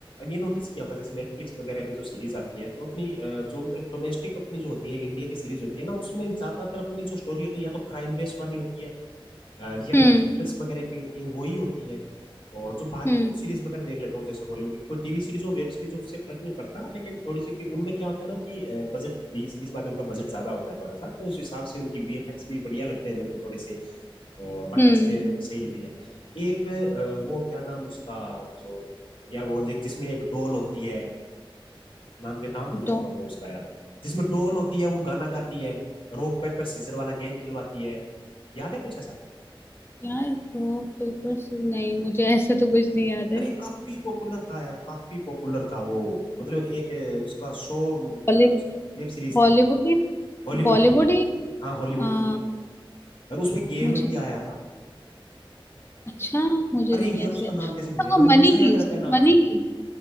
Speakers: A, on the left (about 65°); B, on the left (about 25°).
A: ये नोटिस किया होता है जैसे नेटफ्लिक्स वगैरह पे जो सीरीज आती है तो अपनी अ, जो मतलब डोमेस्टिक अपनी जो होती है इंडिया की सीरीज होती है ना उसमें ज्यादातर अपनी जो स्टोरी होती है या तो क्राइम बेस्ड वाली होती है अ, या
B: हम्म
A: फिर थ्रिलर्स वगैरह की होती है वो ही होती है और जो बाहर
B: हम्म
A: की कुछ सीरीज वगैरह देख लेता हूँ जैसे हॉलीवुड की कोई टीवी सीरीज हो वेब सीरीज हो उससे फर्क नहीं पड़ता लेकिन थोड़ी सी उनमें क्या होता है ना कि बजट भी सीरीज बात है उनका बजट ज्यादा होता है थोड़ा सा तो उस हिसाब से उनकी वीएफएक्स भी बढ़िया लगते हैं मेरे को थोड़े से और बाकी
B: हम्म
A: चीजें सही लगती है एक अ, वो क्या नाम उसका जो यार वो एक जिसमें एक डोल होती है नाम के नाम भूल
B: डॉ
A: जाता हूँ मैं उसका यार जिसमें डोल होती है वो गाना गाती है रॉक पेपर सीजर वाला गेम खिलवाती है याद है कुछ ऐसा
B: यार डॉ पेपर्स नहीं मुझे ऐसे तो कुछ नहीं याद है
A: अरे काफी पॉपुलर था यार काफी पॉपुलर था वो मतलब एक अ, उसका शो मतलब क्या
B: बॉली
A: नाम उसका वेब सीरीज
B: बॉलीवुड
A: थी
B: ही
A: हॉलीवुड
B: बॉलीवुड
A: की है
B: ही
A: हाँ हॉलीवुड
B: आ,
A: की है और उसपे गेम
B: मुझे
A: भी आया था
B: अच्छा मुझे
A: अरे
B: नहीं
A: यार
B: ऐसे
A: उसका
B: अच्छा,
A: नाम कैसे भूल गया
B: वो
A: मेरे को
B: money
A: हमेशा याद
B: heist
A: रहता है नाम
B: money heist